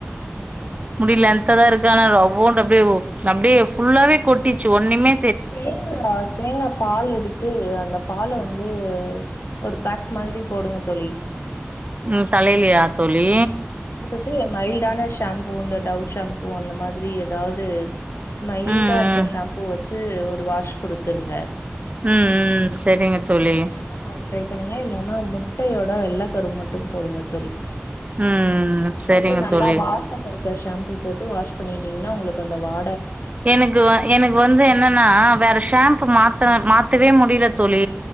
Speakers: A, on the left; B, on the right.
A: ம்.
B: முடி லென்த்தா தா இருக் கானாலு ஓண்டு அப்டியே ஓ அப்டே ஃபுல்லாவே கொட்டிர்ச்சு ஒன்னிம்மே
A: தேங்கா தேங்கா பால் எடுத்து அந்த பால வந் து ஒரு பேக் மாதிரி போடுங்க தோழி
B: ம் தலைலியா தோழி
A: டு மைல்டான ஷேம்ப்பு அந்த டவ் ஷேம்ப் பு அந்த மாதிரி எதாவது மைல்டா
B: ம் ம்
A: இருக்கற் ஷேம்ப்பு வ ச்சு ஒரு வாஷ் குடுத்துருங்க
B: ம் ம் செரிங்க தோழி
A: அத தேங்கா பால் ட்ரை பண்ணுங்க இல்லனா முட்டையோட வெள்ள கரு மட்டு போடுங்க தோழி
B: ம் செரிங்க
A: போட்டு நல்லா
B: தோழி
A: வாசம் இருக்க ஷேம்ப்பு போட்டு வாஷ் பண்ணீட்டீங் னா உங்களுக்கு அந்த வா
B: எனக்கு வ எனக்கு வந்து என்னன்னா வேற ஷாம்பு மாத்த மாத்தவே முடியல தோழி